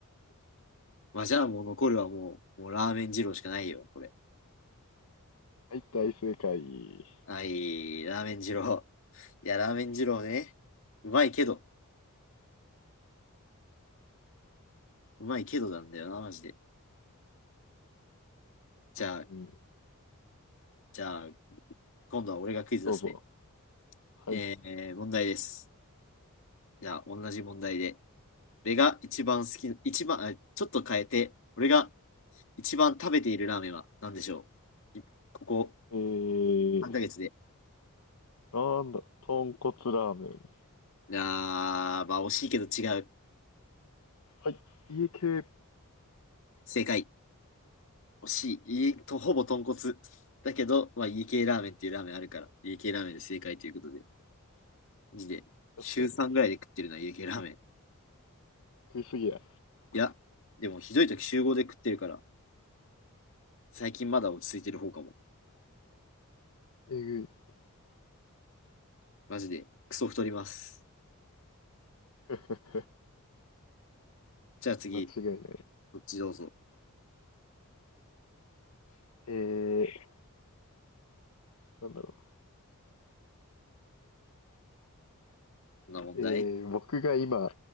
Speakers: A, on the left; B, on the left.
A: まあ、じゃあもう残るはもう、もうラーメン二郎しかないよ、これ。
B: はい、大正解。
A: はい、ラーメン二郎。いや、ラーメン二郎ね。うまいけど、うまいけどなんだよな、マジで。じゃあ、
B: うん、
A: じゃあ、今度は俺がクイズ出すね。
B: どうぞ。はい。
A: えー、問題です。じゃあ、同じ問題で。俺が一番好き、一番、あちょっと変えて、俺が一番食べているラーメンは何でしょういここ
B: えー、
A: 3ヶ月で。
B: なんだ、豚骨ラーメン。
A: あー、まあ惜しいけど違う。
B: はい、家系。確
A: 正解。惜しい。いいと、ほぼ豚骨。だけど、まあ家系ラーメンっていうラーメンあるから、家系ラーメンで正解ということで。マジで、
B: かに。
A: 週3ぐらいで食ってるな、家系ラーメン。
B: 食いすぎや。
A: いや、でもひどい時週5で食ってるから、最近まだ落ち着いてる方かも。
B: えぐい。
A: マジで、クソ太ります。
B: <laughs>
A: じゃあ次、
B: 間違いない。
A: こっちどうぞ。
B: えー、なんだろ
A: こんな問題
B: う。えー、僕が今、